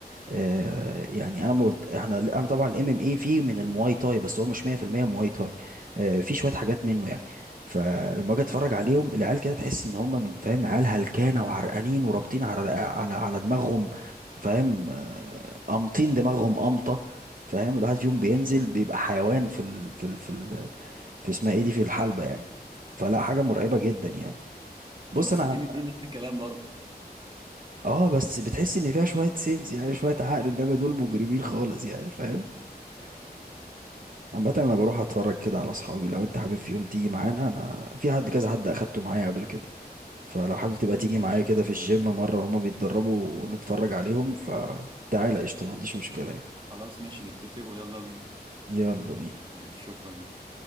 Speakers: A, on the right (about 55°); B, on the right (about 30°).
A: آه، يعني انا مبض... احنا انا طبعا الام ام اي فيه من المواي تاي بس هو مش 100% مواي تاي آه، في شويه حاجات منه يعني فلما اجي اتفرج عليهم العيال كده تحس ان هم من فاهم عيال هلكانه وعرقانين ورابطين على على على دماغهم فاهم آه، امطين دماغهم امطه فاهم الواحد فيهم بينزل بيبقى حيوان في ال... في ال... في ال... في اسمها ايه دي في الحلبه يعني فلا حاجه مرعبه جدا يعني
B: ماشي
A: بص
B: بس
A: انا عم-
B: الام ام اي نفس الكلام برضك
A: اه بس بتحس ان فيها شويه سينس يعني شويه عقل انما دول مجرمين خالص يعني فاهم
B: أيوة. يعني.
A: عامة انا بروح اتفرج كده على اصحابي لو انت حابب في يوم تيجي معانا انا في حد كذا حد اخدته معايا قبل كده فلو
B: خلاص
A: حابب تبقى
B: تمام
A: تيجي
B: ماشي
A: معايا كده في الجيم مرة هما بيتدربوا ونتفرج عليهم فتعالى قشطة ما عنديش مشكلة يعني
B: خلاص ماشي نتفق ويلا بينا
A: يلا بينا
B: ماشي شكرا جدا